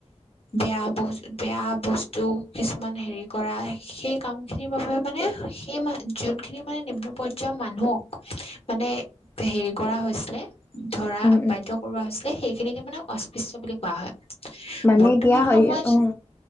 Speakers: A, on the left; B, on the left.
A: বেয়া বস্তু বেয়া বস্তু কিছুমান হেৰি কৰা, সেই কামখিনিৰ বাবে মানে সেই যোনখিনি মানে নিম্ন পৰ্যায়ৰ মানুহক মানে হেৰি কৰা হৈছিলে। ধৰা
B: উম উম
A: বাধ্য কৰোৱা হৈছিল, সেইখিনিকে মানে অস্পৃশ্য বুলি কোৱা হয়।
B: মানে
A: বৰ্তমান
B: এতিয়া হেৰি
A: সময়ত
B: অ